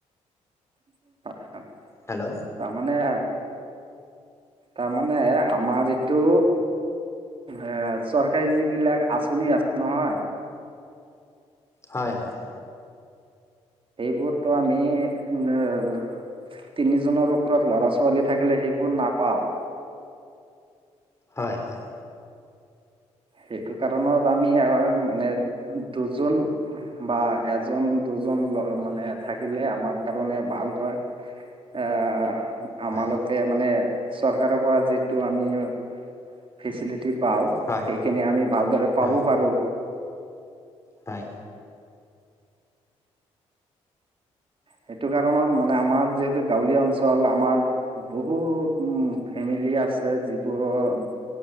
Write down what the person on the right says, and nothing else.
<inaudible>
তাৰমানে- তাৰমানে আমাৰ ইটো- এ চৰকাৰী যিবিলাক আঁচনি আছে নহয়-
এইবোৰতো আমি উম- তিনিজনৰ ওপৰত লৰা-ছোৱালী থাকিলে সেইবোৰ নাপাওঁ।
সেইটো কাৰণত আমি আ মানে দুজন- বা এজন দুজন মানে থাকিলে আমাৰ কাৰণে ভাল হয়। আহ, আমালোকে
মানে চৰকাৰৰ পৰা যিটো আমি- ফেচিলিটি পাওঁ,
সেইখিনি
আমি ভালদৰে পাব
পাৰোঁ।
সেইটো কাৰণত মানে আমাৰ যিহেতু গাঁৱলীয়া অঞ্চল। আমাৰ- বহুত ফেমিলি আছে যিবোৰৰ-